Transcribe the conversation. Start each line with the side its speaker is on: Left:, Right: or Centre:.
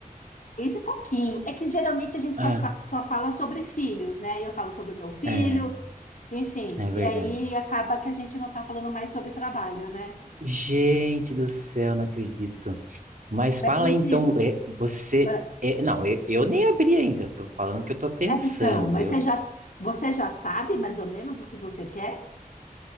Left: mês e pouquinho. É que geralmente a gente
Right: Ah,
Left: só, fa- só fala sobre filhos, né? Eu falo sobre o meu filho,
Right: é,
Left: enfim.
Right: é
Left: E
Right: verdade.
Left: aí acaba que a gente não tá falando mais sobre trabalho, né?
Right: Gente do céu, não acredito. Mas
Left: Mas
Right: fala
Left: me
Right: aí,
Left: diz,
Right: então, é, você
Left: ah,
Right: é, não, eu, eu nem abri ainda. Eu tô falando que eu tô pensando.
Left: é então, mas
Right: Eu,
Left: você já, você já sabe mais ou menos o que você quer?